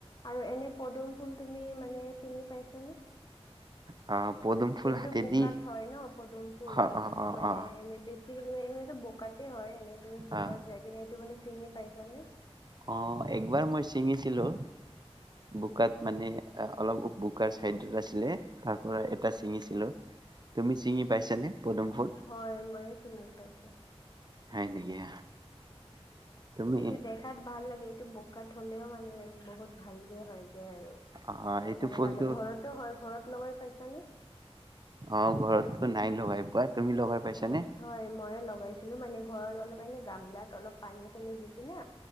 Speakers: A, on the left; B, on the right.
A: আৰু এনে পদুম ফুল তুমি মানে ছিঙি পাইছানে?
B: অ। পদুম ফুল
A: এইটোতো
B: হাতেদি
A: বোকাত হয় ন পদুম ফুল
B: অ অ অ
A: মানে
B: অ
A: এনে বেছিক এনে বোকাতে হয় এনে তুমি বোকাত
B: অ
A: যাই কিনে এইটো মানে চিঙি? পাইছা নে?
B: অ' একবাৰ মই ছিঙিছিলো। বোকাত মানে। অলপ বোক চাইডত আছিলে তাৰ পৰা এটা চিঙিছিলো তুমি চিঙি পাইছানে? পদুম ফুল
A: হয় ময়ো চিঙো। পাইছেো।
B: হয় নেকি অ'? তুমি
A: এইটো দেখাত ভাল লাগে, এইটো বোকাত হলেও মানে বহুত? ভালকে হয় যায় আৰু।
B: অ' অ'
A: সেইকাৰণে
B: এইটো ফুলটো
A: ভালে ঘৰতো হয় ঘৰত লগাই পাইছানে
B: অ' ঘৰততো নাই লগাই পোৱা। তুমি লগাই পাইছানে
A: হয়- হয় মই লগাইছিলো মানে। ঘৰত অলপ এনে গামলাত অলপ পানী চানী দি কিনে?